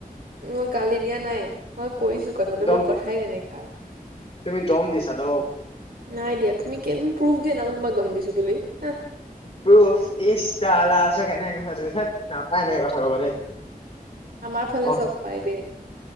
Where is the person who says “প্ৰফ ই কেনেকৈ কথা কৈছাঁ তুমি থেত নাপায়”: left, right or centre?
Left